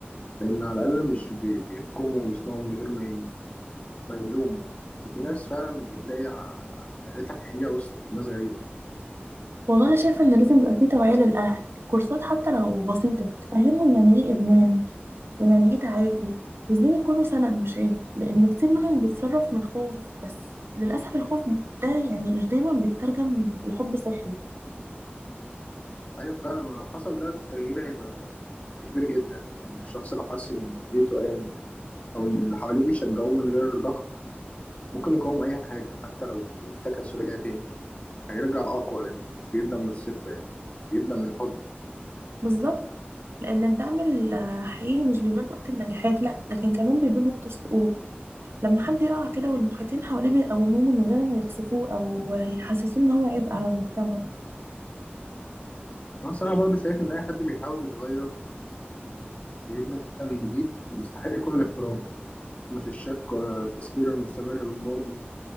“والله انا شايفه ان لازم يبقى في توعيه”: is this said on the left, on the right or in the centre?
Right